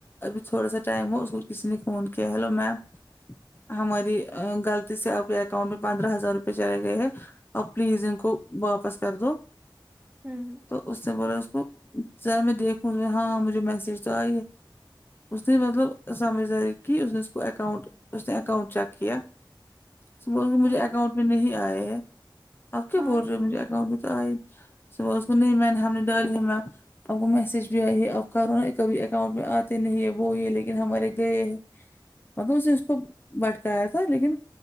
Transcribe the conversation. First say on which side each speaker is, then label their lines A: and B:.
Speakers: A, on the left; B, on the right.
A: ابھی تھوڑا سا ٹائم ہو اسمیں کسی نے فون کیا ہیلو میم ہماری غلطی سے آپ کے اکاؤنٹ میں پندرہ ہزار روپئے چلے گئے ہیں آاپ پلیز ان کو واپس کر دو
B: ہوں ہوں
A: تو اس سے بولا اس کو چا میں دیکھوں گی ہاں مجھے میسج تو ائی ہے اس نے مطلب سمجھ داری کی اس نے اس کو اکاؤنٹ اس نے اکاؤنٹ چیک کیا صبح سے مجھے
B: ہوں
A: اکاؤنٹ میں نہیں آئے ہیں آپ کیا
B: ہاں
A: بول رہے ہو مجھے اکاؤنٹ میں تو آئے صبح اس کو نہیں میں نے ہم نے ڈالی ہے میں آپ کو میسج بھی ائی ہے آپ کرو ن کبھی اکاؤنٹ میں اتے نہیں ہے وہ یہ لیکن ہمارے گئے ہیں مطلب اسے اس کو بھٹکایا تھا لیکن